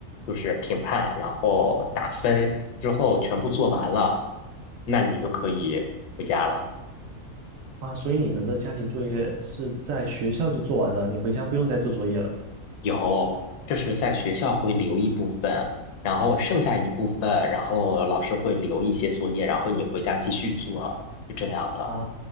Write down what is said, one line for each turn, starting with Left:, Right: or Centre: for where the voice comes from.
Left: 就是评判，然后打分，之后全部做完了，那你就可以回家了。
Right: 啊。所以你们的家庭作业是在学校就做完了，你回家不用再做作业了
Left: 有，就是在学校会留一部分，然后剩下一部分，然后老师会留一些作业，然后你回家继续做，是这样的。
Right: 啊？